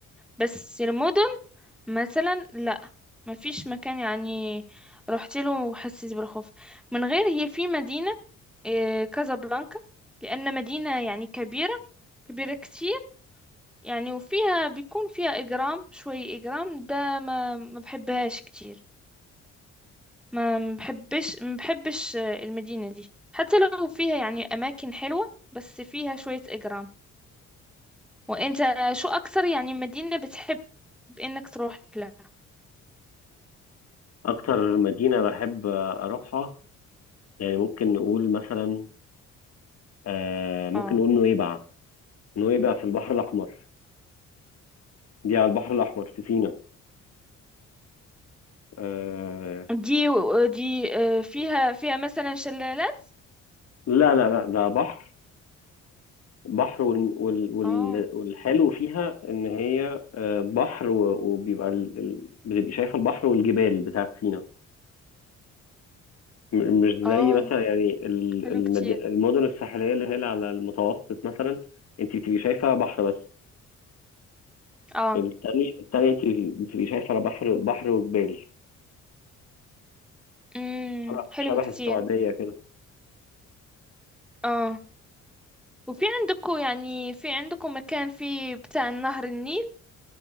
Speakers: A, in the centre; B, on the left (about 55°).
A: بس المدن مثلا لا ما فيش مكان يعني رحت له وحسيت بالخوف من غير هي في مدينة آه، كازابلانكا لأن مدينة يعني كبيرة كبيرة كتير يعني وفيها بيكون فيها إجرام شوي إجرام ده ما ما بحبهاش كتير ما ما بحبش ما بحبش آه، المدينة دي حتى لو فيها يعني أماكن حلوة بس فيها شوية إجرام وأنت شو أكثر يعني مدينة بتحب إنك تروح لها
B: اكتر مدينه بحب آه، اروحها يعني ممكن نقول مثلا آه، ممكن
A: اه
B: نقول نويبع نويبع في البحر الاحمر دي على البحر الاحمر في سينا آه،
A: دي دي آه، فيها فيها مثلا شلالات
B: لا لا لا ده بحر بحر وال... وال... وال...
A: اه
B: والحلو فيها ان هي آه، بحر و... وبيبقى ال... ال... بتبقي شايفه البحر والجبال بتاعت سينا م- مش زي
A: اه
B: مثلا يعني ال-
A: حلو
B: المد-
A: كتير
B: المدن الساحليه اللي هي اللي على المتوسط مثلا انت بتبقي شايفه بحر بس
A: اه
B: التاني التاني انت بتبقي شايفه لا بحر بحر وجبال
A: امم
B: شبه
A: حلو
B: شبه
A: كتير
B: السعوديه كده
A: اه وفي عندكم يعني في عندكم مكان فيه بتاع نهر النيل